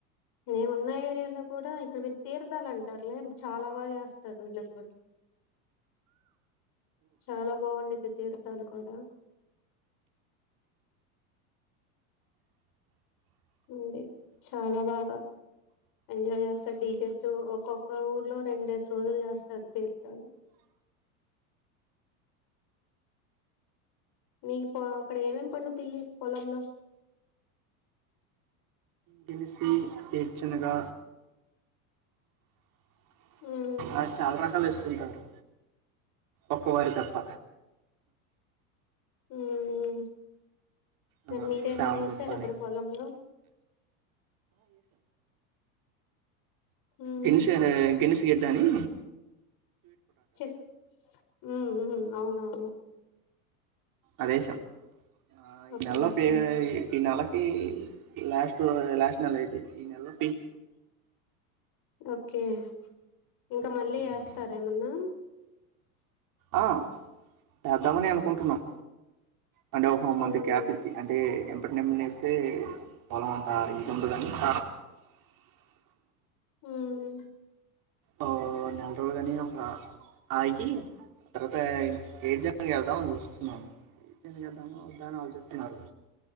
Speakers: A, on the left; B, on the right.
A: మేమున్న ఏరియాలో కూడా ఇక్కడ వీళ్ళు తీర్థాలంటారులే చాలా బా చేస్తారు వీళ్ళు ఒకళ్ చాలా బావుండిద్ది తీర్థాలు కూడా ఉంది చాలా బాగా ఎంజాయ్ చేస్తారు డీజే తో ఒక్కొక్క ఊర్లో రెండేసి రోజులు చేస్తారు తీర్థాలు మీ పొ అక్కడ ఏమేమి పండుతాయి పొలంలో
B: గెలిసి ఏడ్చనగా
A: ఉమ్
B: ఆ చాలా రకాలు వేస ఉంటారు ఒక్క వరి తప్ప
A: హ్మ్ మ్మ్
B: ఆ!
A: మరి మీరేమన్న
B: సామదుంప
A: వేసారా
B: అని.
A: ఇప్పుడు పొలంలో ఉమ్
B: గెలిషరె గెలిసి గెడ్డని
A: చ్చే హ్మ్ మ్మ్ అవునవును
B: అదేసాం ఆ ఈనెల
A: ఓకే ఓకే
B: పే ఈ నేల ఈ లాస్ట్ లో లాస్ట్ నెల ఐతే ఈ నెల్లో
A: ఓకే ఇంకా మళ్ళీ
B: హ్మ్.
A: ఎస్తార ఏమన్నా
B: ఆ, తేద్దామనే అనుకుంటున్నాం. అంటే ఓహో మంత్
A: ఉమ్
B: గ్యాప్ ఇచ్చి, అంటే ఎన్ ఇప్పటి నెమ్మినేస్తే, పొలం అంతా ఇది ఉండదని <inaudible>
A: హ్మ్
B: ఓ నెల రోజులు అని ఒక ఆ ఆగి, ఆ తర్వాత ఏటి చేద్దాం అని చూస్తున్నాను. ఇదైనా చేద్దామా వద్దా అని ఆలోచిస్తున్నారు.